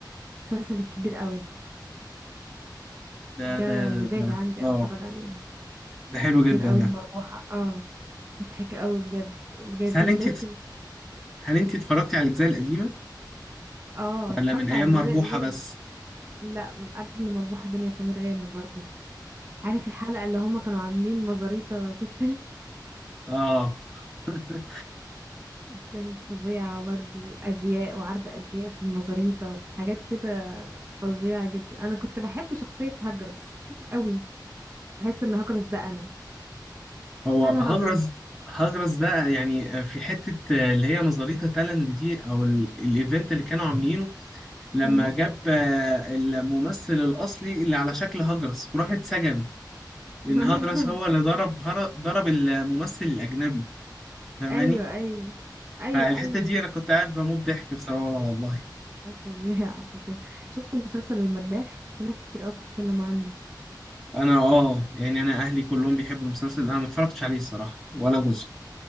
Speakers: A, on the right (about 30°); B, in the centre.
A: مسلسل الكبير قوي
B: ده
A: ده
B: ده
A: مزاج
B: ده
A: عندي
B: آه
A: اتفرج عليه
B: ده حلو
A: كبير
B: جدا
A: قوي
B: ده
A: ومربوحة اه مضحك قوي بجد بجد
B: بس
A: بالذات
B: هل أنت
A: ال-
B: هل أنت اتفرجتي على الأجزاء القديمة
A: اه
B: ولا
A: أنا اتفرجت
B: من أيام
A: على
B: مربوحة
A: الاجزاء دي
B: بس؟
A: لا قبل مربوحة دنيا سمير غانم برضو عارف الحلقة اللي هما كانوا عاملين مزاريطة جوت <laughs>
B: آه <laughs>
A: كانت فظيعة برضو أزياء وعرض أزياء في المزاريطة وحاجات كده فظيعة جدا أنا كنت بحب شخصية هجرس قوي أحس إن هجرس ده أنا
B: هو
A: أنا
B: هجرس
A: هجرس
B: هجرس ده يعني في حتة اللي هي مزاريطة تالنت دي أو ال- الإيفنت اللي كانوا عاملينه لما
A: مهم.
B: جاب آه، الممثل الأصلي اللي على شكل هجرس وراح اتسجن لأن
A: <laughs>
B: هجرس هو اللي ضرب هر- ضرب الممثل الأجنبي فاهماني
A: أيوة أيوة أيوة
B: فالحتة
A: أيوة
B: دي انا كنت قاعد بموت ضحك بسببها والله
A: فظيعة فظيعة شفت مسلسل المداح في ناس كتير قوي بتتكلم عنه
B: انا اه يعني انا اهلي كلهم بيحبوا المسلسل انا ما اتفرجتش عليه الصراحة ولا جزء